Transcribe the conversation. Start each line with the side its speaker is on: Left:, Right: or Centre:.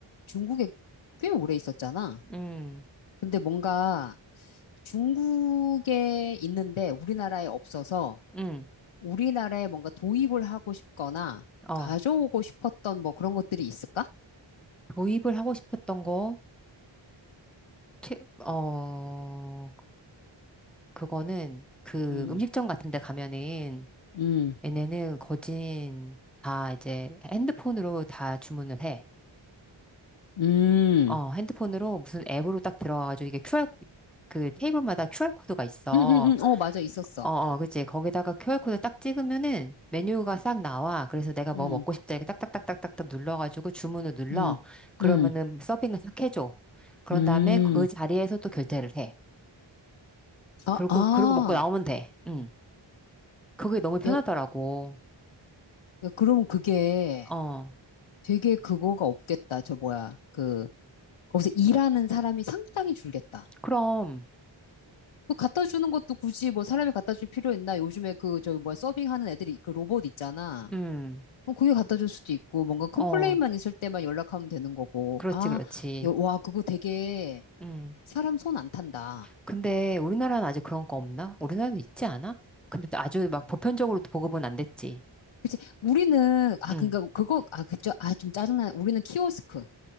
Left: 중국에 꽤 오래 있었잖아.
Centre: 음,
Left: 근데 뭔가 중국에 있는데 우리나라에 없어서
Centre: 음,
Left: 우리나라에 뭔가 도입을 하고 싶거나
Centre: 어,
Left: 가져오고 싶었던 뭐 그런 것들이 있을까?
Centre: 도입을 하고 싶었던 거, 최, 어, 그거는 그
Left: 음,
Centre: 음식점 같은 데 가면은
Left: 음,
Centre: 얘네는 거진 다 이제 핸드폰으로 다 주문을 해.
Left: 음,
Centre: 어, 핸드폰으로 무슨 앱으로 딱 들어가가지고 이게 QR, 그 테이블마다 QR코드가 있어.
Left: 음, 음, 음, 어, 맞아, 있었어.
Centre: 어, 어, 그치. 거기다가 QR코드 딱 찍으면은 메뉴가 싹 나와. 그래서 내가 뭐
Left: 음,
Centre: 먹고 싶다 이렇게 딱딱딱딱딱딱 눌러가지고 주문을 눌러.
Left: 음,
Centre: 그러면은
Left: 음,
Centre: 서빙을 싹 해줘. 그런
Left: 음.
Centre: 다음에 그 자리에서 또 결제를 해.
Left: 아,
Centre: 그리고,
Left: 아,
Centre: 그러고 먹고 나오면 돼. 응. 그게 너무 편하더라고.
Left: 야, 야, 그럼 그게
Centre: 어.
Left: 되게 그거가 없겠다. 저 뭐야, 그, 거기서 일하는 사람이 상당히 줄겠다.
Centre: 그럼,
Left: 그 갖다 주는 것도 굳이 뭐 사람이 갖다 줄 필요 있나? 요즘에 그 저기 뭐야 서빙하는 애들이 그 로봇 있잖아.
Centre: 음,
Left: 어, 그게 갖다 줄 수도 있고 뭔가 컴플레인만
Centre: 어.
Left: 있을 때만 연락하면 되는 거고.
Centre: 그렇지,
Left: 아,
Centre: 그렇지.
Left: 여- 와 그거 되게
Centre: 음.
Left: 사람 손 안 탄다.
Centre: 근데 우리나라는 아직 그런 거 없나? 우리나라도 있지 않아? 근데 또 아주 막 보편적으로 보급은 안 됐지.
Left: 그치? 우리는 아
Centre: 응.
Left: 그러니까 그거 아 그죠? 아 좀 짜증나. 우리는 키오스크.